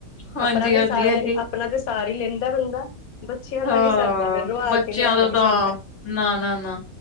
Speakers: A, on the left; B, on the left.
A: ਹਾਂਜੀ
B: ਆਪਣਾ ਤੇ
A: ਹਾਂਜੀ
B: ਸਾਰੇ
A: ਇਹੀ
B: ਹੀ ਆਪਣਾ ਤੇ ਸਾਰ ਹੀ ਲੈਂਦਾ ਬੰਦਾ। ਬੱਚਿਆਂ ਦਾ
A: ਹਾਂ
B: ਨਹੀ ਸਰਦਾ, ਫਿਰ ਰੁਲਾ
A: ਬੱਚਿਆਂ
B: ਕੇ ਲਿਆਇਆ
A: ਦਾ
B: ਨਹੀਂ
A: ਤਾਂ
B: ਜਾਂਦਾ।
A: ਨਾ ਨਾ ਨਾ